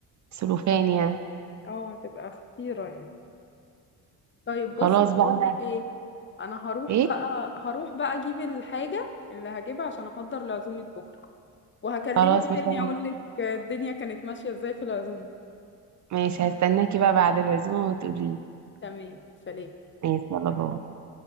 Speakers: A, on the right (about 45°); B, on the left (about 30°).
A: سلوفان يعني
B: اه هتبقى خطيرة يعني طيب بصي
A: خلاص
B: بقول
A: بقى انا
B: لك ايه انا هروح
A: ايه
B: بقى هروح بقى اجيب الحاجه اللي هجيبها عشان احضر لعزومه بكره وهكلمك
A: خلاص مش
B: تاني
A: انا
B: اقول لك الدنيا كانت ماشيه ازاي في العزومه
A: ماشي هستناكي بقى بعد العزومة وتقولي لي
B: تمام سلام
A: ماشي يلا باي